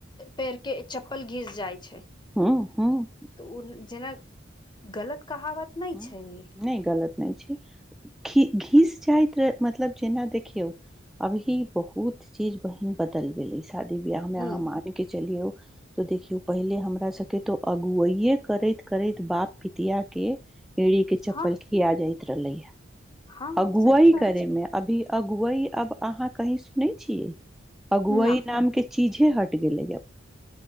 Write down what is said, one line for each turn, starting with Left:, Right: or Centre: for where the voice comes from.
Left: पेड़ के चप्पल घीस जाइ छै त
Centre: हँ हँ
Left: ओ जेना गलत कहावत नहि
Centre: ह
Left: छै ई
Centre: नहि गलत नहि छै घी घीस मतलब जेना देखियौ अभी बहुत चीज बहिन बदल गेले अछि शादी बिहा मे
Left: ह
Centre: अहाँ मानके चलियौ त देखियौ पहिले हमरा सके तो अगुआए करैत करैत बाप पितिया के एड़ी के चप्पल
Left: हँ
Centre: खिया जाइत रहले हैय
Left: हँ
Centre: अगुआई
Left: सही बात
Centre: करे
Left: छै
Centre: में अभी अगुअय अब अहाँ कही सुन छियै अगुअय
Left: न
Centre: नाम के चीजे हटि गेलैयब